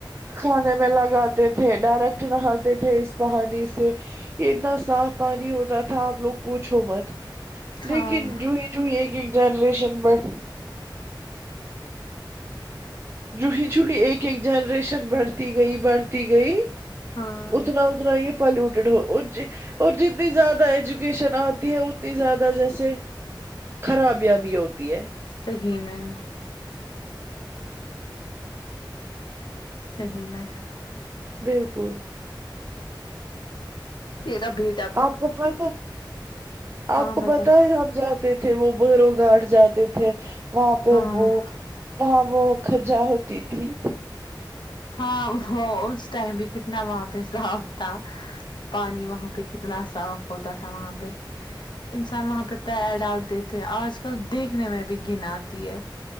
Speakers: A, on the right (about 30°); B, on the left (about 70°).
A: کھانے میں لگاتے تھے ڈائریکٹ نہاتے تھے اس پانی سے یہ اتنا صاف پانی ہوتا تھا آپ لوگ پوچو مت
B: ہاں
A: لیکن جو جو ایک ایک جنریشن بٹ جوئی جوئی ایک ایک جنریشن بڑھتی گئی بڑھتی گئی
B: ہاں
A: اتنا ہی پولیو ٹید ہو اور جتنی زیادہ ایجوکیشن اتنی زیادہ جیسے خرابیاں بھی ہوتی ہے
B: صحیح میں صحیح میں
A: بالکل
B: پھر ابھی
A: آپ کو پتا آپ
B: ہاں
A: کو
B: بتا
A: پتا ہے ہم جاتے تھے وہ بیرو گھٹ جاتے تھے وہاں پہ
B: ہاں
A: وہ وہاں وہ خاضا ہوتی تھی
B: ہاں وہ اس ٹائم بھی کتنا وہاں پہ صاف تھا پانی وہاں پہ کتنا صاف ہوتا تھا وہاں پہ انسان وہاں پہ پیر ڈالتے تھے آج کل دیکھنے میں بھی گن آتی ہے